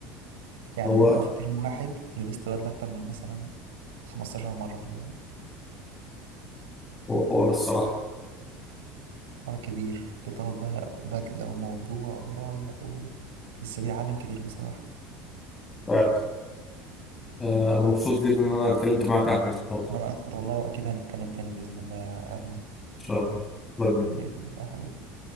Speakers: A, on the right; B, on the left.
A: يعني
B: هو
A: ممكن في ترم واحد لبست بدل أكتر من مثلا 15 مرة في الجامعة
B: هو حوار الصراحه
A: حوار كبير بتاخد بقى بدلة وموضوع ورايح و... بس بيعلم كتير بصراحة
B: فعلا آه، انا مبسوط جدا ان انا اتكلمت معاك يا احمد النهارده
A: أنا أكتر والله وأكيد هنتكلم تاني بإذن الله يا أرمي
B: ان شاء الله باي باي.
A: بإذن الله حبيبي.